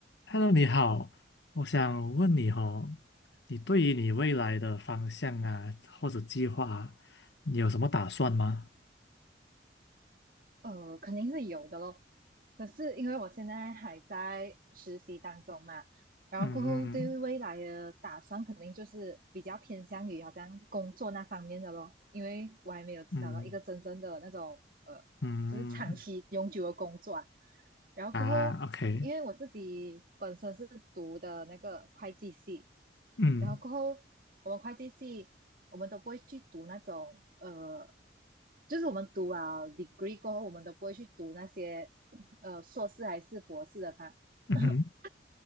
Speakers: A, on the left; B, on the right.
A: Hello，你好，我想问你哦，你对于你未来的方向啊，或者计划啊你有什么打算吗？
B: 呃，肯定是有的咯。可是因为我现在还在实习当中嘛，然后过后对于未来的打算肯定就是比较偏向于好像工作那方面的咯，
A: 嗯
B: 因为我还没有找到一个真正的那种呃，
A: 嗯嗯
B: 就是长期永久的工作啊。然后过后，
A: 啊，OK，
B: 因为我自己本身是读的那个会计系，
A: 嗯
B: 然后过后我们会计系我们都不会去读那种呃。就是我们读啊 degree 过后，我们都不会去读那些呃硕士还是博士的吧，
A: 嗯哼
B: <clears throat>